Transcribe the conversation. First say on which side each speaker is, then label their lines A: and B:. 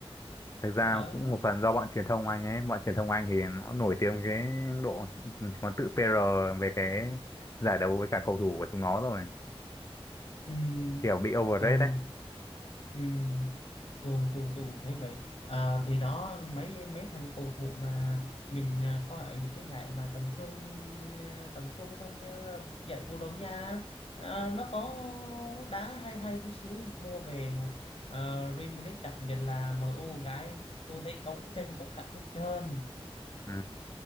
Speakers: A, on the left; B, on the left.
A: Thực ra
B: ở
A: cũng một phần do bọn truyền thông Anh ấy bọn truyền thông Anh thì nó nổi tiếng với cái độ nó tự PR về cái giải đấu với cả cầu thủ của chúng nó rồi
B: ừ.
A: kiểu bị overrate
B: rồi
A: đấy
B: ừ. tôi tôi tôi cũng thấy vậy à, thì đó mấy mấy thằng cầu thủ mà mình à, coi ở những cái giải mà tầm trung à, tầm trung thôi như là giải Bồ Đào Nha à, nó có đá hay hay chút xíu mua về à, Real Madrid đặc biệt là MU gái tôi thấy cấu tranh cấu cặn hết trơn
A: ừ.